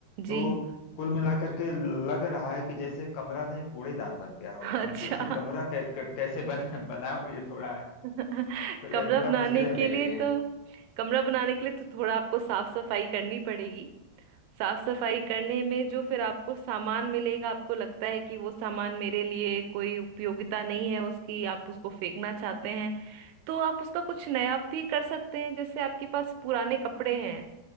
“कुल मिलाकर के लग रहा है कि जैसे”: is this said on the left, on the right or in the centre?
Left